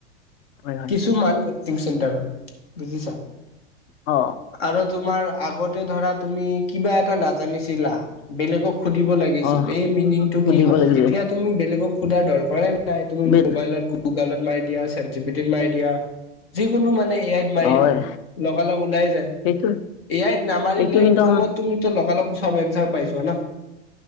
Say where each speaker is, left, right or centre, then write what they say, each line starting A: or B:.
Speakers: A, on the left; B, on the left.
A: হয় হয়
B: কিছুমান কচিং চেণ্টাৰত বুজিছা?
A: অ
B: আৰু তোমাৰ আগতে ধৰা তুমি কিবা এটা নাজানিছিলা, বেলেগক সুধিব লাগিছিল,
A: অ
B: এই মিনিংটো
A: সুধিব
B: কি হয়?
A: লাগিছে
B: এতিয়া তুমি বেলেগক সোধাৰ দৰকাৰে নাই তুমি
A: বে
B: মোবাইলত গুগলত মাৰি দিয়া চেত জি টি মাৰি দিয়া যিকোনো মানে এয়াইত মাৰি
A: হয়
B: দিয়া লগা লগ ওলাই যায়।
A: এইটো
B: এয়াই নামাৰিলে
A: এইটো কিন্তু
B: ক্ৰমত
A: আমাৰ
B: তুমিতো লগালগ চব এনচাৰ পাই যোৱা ন।